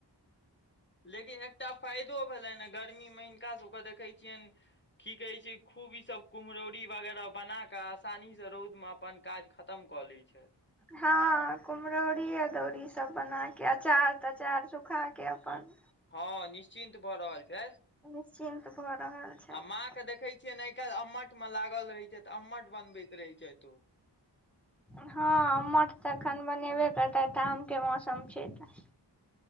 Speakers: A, on the left; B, in the centre.
A: लेकिन एकटा फायदो भेलैन ह गर्मीमे हिनकाभकेँ देखै छियैन की कहे छैय खूब इ सब कुम्हरौरी वगैराह बना क आसानी से रौद में अपन काज खतम कऽ लै छैथ
B: ह कुमहरौरी अदौरी सभ बनाके अचार तचार सुखाके अपन।
A: ह निश्चिन्त भऽ रहल छै आ
B: निश्चिन्त भऽ रहल छथि
A: माँ के देखै छिय ने आइ काल्हि अम्मट मे लागल रहै छैथ अम्मट बनबैत रहै छैथ ओ।
B: ह अम्मठ तऽ एखन बनेबे कर तैथ तऽ आम के मौसम छै तऽ।